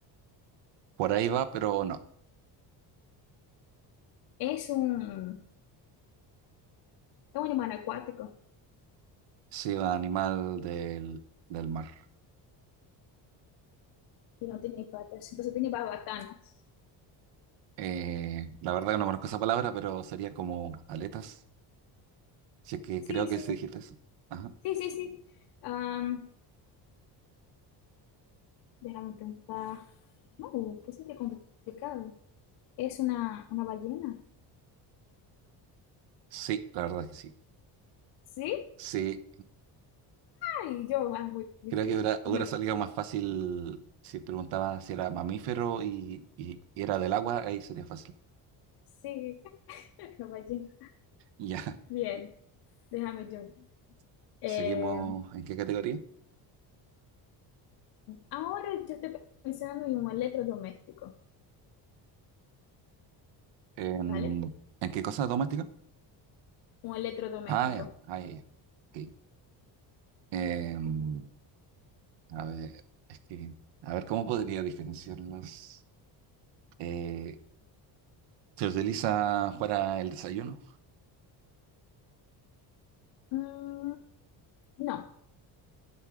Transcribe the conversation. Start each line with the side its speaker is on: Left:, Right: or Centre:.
Right: Por ahí va, pero no.
Left: es un, es un animal acuático
Right: Sí, un animal del, del mar.
Left: y no tiene patas. Entonces tiene babatanas.
Right: Eh, la verdad que no conozco esa palabra, pero sería como aletas. Si es que
Left: Sí,
Right: creo
Left: sí,
Right: que sí dijiste eso. Ajá.
Left: sí, sí, sí. Am, déjame pensar. No, pues sí que complicado. ¿Es una, una ballena?
Right: Sí, la verdad que sí.
Left: Sí.
Right: Sí,
Left: Ay, yo, ah, muy difícil.
Right: creo que hubiera,
Left: Es
Right: hubiera
Left: una-
Right: salido más fácil si preguntaba si era mamífero y, y- y era del agua, ahí sería fácil.
Left: sí, es una ballena.
Right: Ya,
Left: Bien, déjame yo.
Right: <laughs>
Left: Eh,
Right: seguimos. ¿En qué categoría?
Left: Ahora yo estoy pensando en un electrodoméstico,
Right: ¿En,
Left: ¿vale?
Right: en qué cosa doméstica?
Left: Un electrodoméstico.
Right: Ah, ya, ah, ya. ya. Ok. Em, a ver, es que, a ver, ¿cómo podría diferenciarlos? Eh, ¿se utiliza para el desayuno?
Left: Mm, no,